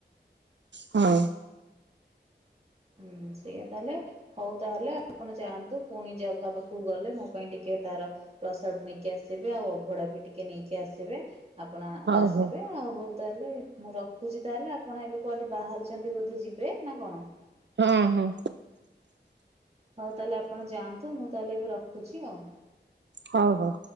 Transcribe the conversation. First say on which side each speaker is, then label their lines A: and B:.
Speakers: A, on the right; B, on the right.
A: ହଁ।
B: ହୁଁ ସେଇଆ ତାହେଲେ ହଉ ତାହେଲେ ଆପଣ ଯାଆନ୍ତୁ ପୁଣି ଜଗା ପାଖକୁ ଗଲେ ମୋ ପାଇଁ ଟିକେ ତାର ପ୍ରସାଦ୍ ନେଇକି ଆସିବେ ଆଉ ଅଭଡା ବି ଟିକେ ନେଇକି ଆସିବେ। ଆପଣ ଆ-ଆସିବେ
A: ହଉ ହଁ
B: ଆଉ ତାହେଲେ ମୁଁ ରଖ୍ ରଖୁଚି ତାହେଲେ ଆପଣ ଏବେ କୁଆଡେ ବାହାରିଚନ୍ତି ବୋଧେ ଯିବେ ନା କଣ?
A: ହଁ- ହଁ।
B: ହଉ ତାହେଲେ ଆପଣ ଯାଆନ୍ତୁ ମୁଁ ତାହେଲେ ଏବେ ରଖୁଚି ଆଉ।
A: ହଉ ହଉ।